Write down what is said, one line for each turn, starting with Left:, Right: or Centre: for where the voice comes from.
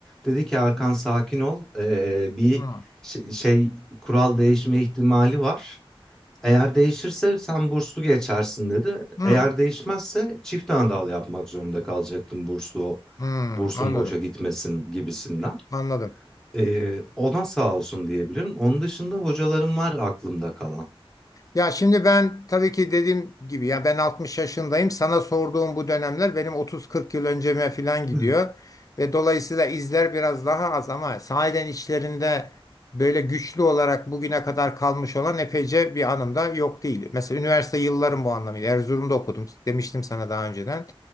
Centre: dedi ki Erkan sakin ol. Ee, bir
Left: hmm,
Centre: şey, şey, kural değişme ihtimali var. Eğer değişirse sen burslu geçersin dedi.
Left: hmm,
Centre: Eğer değişmezse çift anadal yapmak zorunda kalacaktım burslu
Left: hmm,
Centre: bursun
Left: anladım.
Centre: boşa gitmesin gibisinden.
Left: Anladım.
Centre: Ee, ona sağ olsun diyebilirim. Onun dışında hocalarım var aklımda kalan.
Left: Ya şimdi ben tabii ki dediğim gibi ya ben 60 yaşındayım. Sana sorduğum bu dönemler benim otuz, kırk yıl önceme falan gidiyor.
Centre: <laughs>
Left: Ve dolayısıyla izler biraz daha az ama sahiden içlerinde böyle güçlü olarak bugüne kadar kalmış olan epeyce bir anım da yok değil. Mesela üniversite yıllarım bu anlamıyla. Erzurum'da okudum demiştim sana daha önceden.